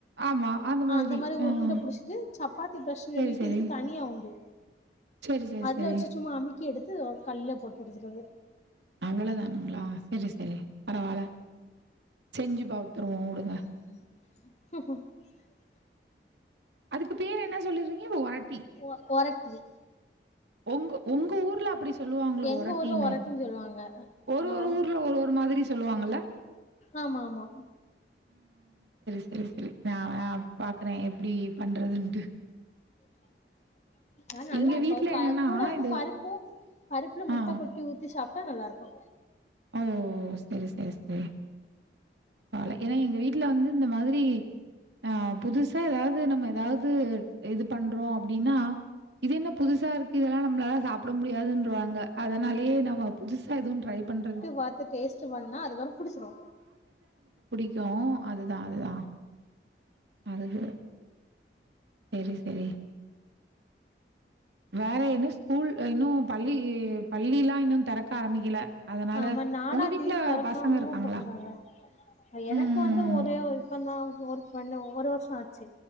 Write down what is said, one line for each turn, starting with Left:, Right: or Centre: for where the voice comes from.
Right: ஆமா.
Left: அந்த மாதிரி
Right: ஆ,
Left: உருண்ட
Right: ஆ.
Left: புடிச்சிட்டு சப்பாத்தி பிரஷர்கிட்டு
Right: சரி, சரி.
Left: இதுக்கு தனியா உண்டு
Right: சரி, சரி,
Left: அதுல
Right: சரி.
Left: வெச்சு சும்மா அமிக் முக்கியெடுத்து கல்லுல போட்டு எடுத்துடது
Right: அவ்ளோதானுங்ளா செரி செரி பரவால செஞ்சு பார்த்துருவோ உடுங்க
Left: <inaudible> ஓ
Right: அதுக்கு பேர்ரென்ன சொல்லிருந்தீங்க ஒரட்
Left: ஒர ஒரட் <inaudible>
Right: ஒங்கு ஒங்க ஊர் உங்க ஊர்ல அப்டி சொல்லுவாங்களோ
Left: எங்க
Right: ஒரட்டீன்னு
Left: ஊர்ல ஒரட்டின்னு சொல்லுவாங்க
Right: ஒரு
Left: ஆனா
Right: ஒரு ஊர்ல ஒரு ஒரு மாதிரி சொல்லுவாங்கல
Left: ஆமாமா
Right: செரி செரி நா நா பாக்குறே எப்டி பண்றதுண்டு
Left: <inaudible> ஆ நல்லா
Right: எங்க
Left: இருக்கோ
Right: வீட்ல
Left: பா
Right: என்னன்னா,
Left: அது கூட வந்து
Right: இது
Left: பருப்பும் பருப்புல முட்ட
Right: ஆ, ஆ.
Left: கொட்டி ஊத்தி சாப் தா நல்லா இருக்கோ
Right: ஓ செரி செரி செரி <unintelligible> எனாப் எங்க வீட்ல வந்து இந்த மாதிரி ஆ புதுசா எதாவது நம்ப எதாவது இது பண்றோ அப்டின்னா இது என்ன புதுசாயிருக்கு இதெல்லா நம்மளால சாப்பிட முடியாதுன்றுவாங்க அதனாலயே நம்ப புதுசா எதுவும் ட்ரை பண்றது
Left: பண்ணி பாத்துட்டு டேஸ்ட் பண்ணா அதுக்கப்புறோ புடிச்சிடோ
Right: <unintelligible> அதுதா அதுதா அதுக்கு செரி - செரி வேற இன்னும் ஸ்கூல் இன்னும் பள்ளி - பள்ளிலாம் இன்னும் தெறக்க ஆரம்பிக்கல அதனால
Left: ஆமா நாலாந்
Right: உங்க வீட்ல
Left: தேதி தெறக்கவங்க
Right: பசங்க இருக்காங்களா
Left: போட்ருக்காங்க எனக்கு
Right: உம்
Left: வந்து ஒரே ஒரு இப்பந்தா ஒரு பன்ன ஒரு வருஷம் ஆச்சு